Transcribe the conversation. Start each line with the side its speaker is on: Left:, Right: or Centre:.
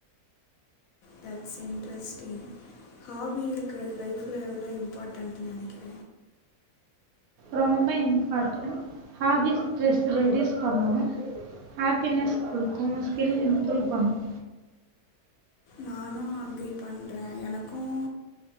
Left: தட்ஸ் இன்ட்ரஸ்டிங் ஹாபி இருக்கறது லைஃப் ம் எவ்ளோ இம்பார்டன்ட்னு நெனக்கிற
Right: ரொம்ப இம்பார்ட்டன் ஹாபிஸ் ஸ்ட்ரெஸ் ரெடியூஸ் பண்ணனு ஹாப்பினஸ் குடுக்கு ஸ்கில் இம்ப்ரூவ் பண்ணும்
Left: நானு அக்ரி பண்ற எனக்கும்